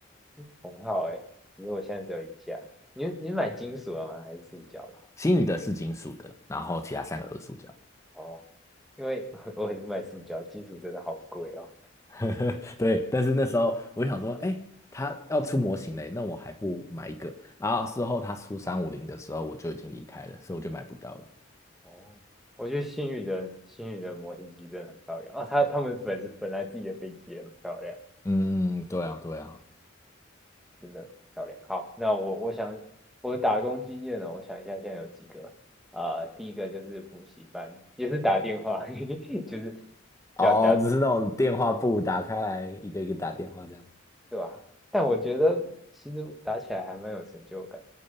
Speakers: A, in the centre; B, on the left (about 15°).
A: <clears throat>，同号哎，只是我现在只有一架。你你是买金属的吗？还是塑胶的？
B: 星宇的是金属的，然后其他三个都是塑胶。
A: 哦，因为 <laughs> 我也是买塑胶，金属真的好贵哦。
B: <laughs> 对，但是那时候我就想说，哎，他要出模型嘞，那我还不买一个？然后事后他出三五零的时候，我就已经离开了，所以我就买不到了。
A: 哦，我觉得星宇的星宇的模型机真的很漂亮啊，他他们本身本来自己的飞机也很漂亮，
B: 嗯，对啊，对啊。
A: 真的很漂亮。好，那我我想我打工经验呢，我想一下现在有几个啊、呃第一个就是补习班，也是打电话，<laughs> 就是
B: 哦，
A: 要加。
B: 只是那种电话簿打开来，一个一个打电话这样。
A: 对吧？但我觉得其实打起来还蛮有成就感，